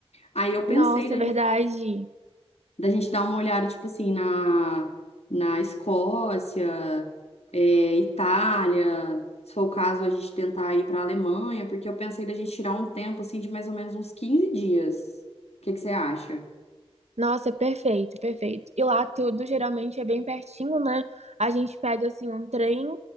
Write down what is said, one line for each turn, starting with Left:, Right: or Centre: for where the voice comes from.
Left: Aí eu pensei
Right: Nossa,
Left: da
Right: é verdade.
Left: gente, da gente dar uma olhada, tipo assim, na, na Escócia, é, Itália, se for o caso, a gente tentar ir para a Alemanha, porque eu pensei da gente tirar um tempo assim de mais ou menos uns 15 dias. O que que você acha?
Right: Nossa, perfeito, perfeito. E lá tudo geralmente é bem pertinho, né? A gente pega assim um trem